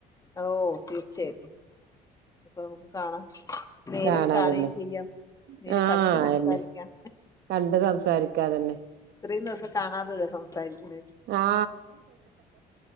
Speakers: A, on the left; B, on the right.
A: ഓ തീർച്ചയായിട്ടും അപ്പൊ നമുക്ക് കാണാം നേരിൽ
B: കാണാതന്നെ
A: കാണുകയും ചെയ്യാം നേരി
B: ആ
A: കണ്ട്
B: അതന്നെ
A: സംസാരിക്കാം
B: കണ്ട് സംസാരിക്കാതന്നെ
A: ഇത്രയും ദിവസം കാണാതല്ലേ സംസാരിക്ണേ
B: ആ